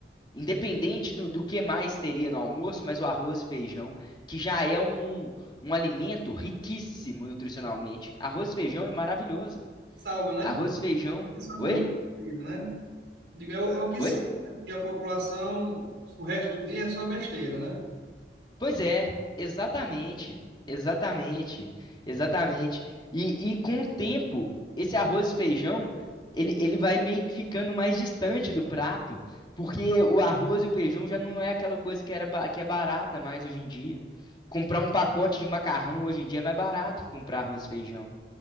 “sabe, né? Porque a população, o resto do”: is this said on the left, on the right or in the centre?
Right